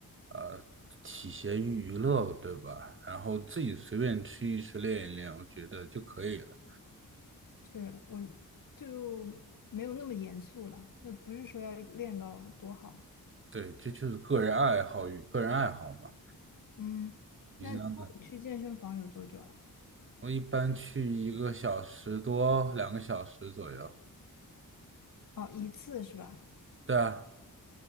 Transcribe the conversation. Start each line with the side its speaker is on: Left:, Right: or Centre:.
Right: 呃体闲于娱乐，对吧？然后自己随便吃一吃，练一练，我觉得就可以了。
Left: 是我就没有那么严肃了，就不是说要练到多好。
Right: 对，这就是个人爱好与个人爱好嘛。
Left: 嗯，
Right: 你是哪的？
Left: 那那你去健身房有多久了？
Right: 我一般去一个小时多，两个小时左右。
Left: 哦，一次是吧？
Right: 对啊，